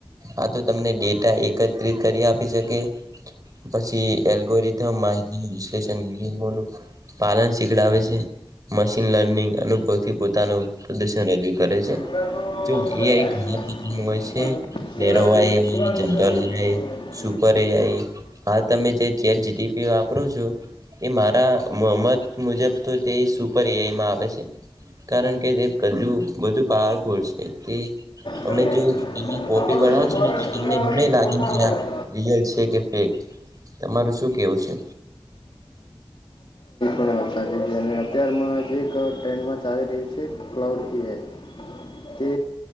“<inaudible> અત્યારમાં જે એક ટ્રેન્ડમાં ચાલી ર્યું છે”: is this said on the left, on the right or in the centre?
Left